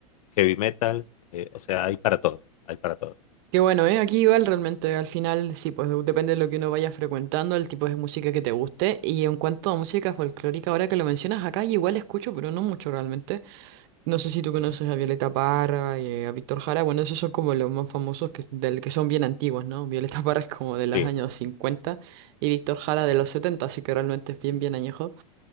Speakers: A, on the left; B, on the right.
A: heavy metal. eh, o sea, hay para todo, hay para todo.
B: Qué bueno, ¿eh? Aquí igual realmente al final sí, pues de- depende de lo que uno vaya frecuentando, el tipo de música que te guste. Y en cuanto a música folclórica, ahora que lo mencionas acá, yo igual escucho, pero no mucho realmente. No sé si tú conoces
A: Ujú.
B: a Violeta Parra y eh, a Víctor Jara. Bueno, esos son como los más famosos que, del que son bien antiguos, ¿no? Violeta <laughs> Parra es como de los
A: Sí,
B: años 50 y Víctor Jara de los 70, así que realmente es bien, bien añejo.